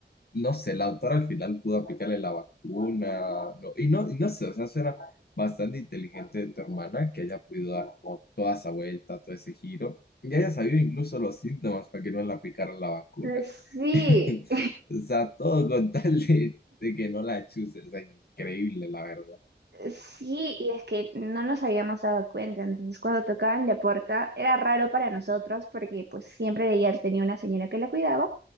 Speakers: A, on the left; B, on the right.
A: no sé, la autora al final pudo aplicarle la vacuna. No, y, no, y no sé, o sea, suena bastante inteligente de tu hermana que haya podido dar como toda esa vuelta, todo ese giro. Y haya sabido incluso los síntomas para que no le aplicaran la vacuna.
B: Sí,
A: <laughs>
B: <laughs>
A: O sea, todo con tal de, de que no la chusen. O sea, increíble, la verdad.
B: sí, y es que no nos habíamos dado cuenta. Entonces, cuando tocaban la puerta, era raro para nosotros porque pues siempre ella tenía una señora que la cuidaba.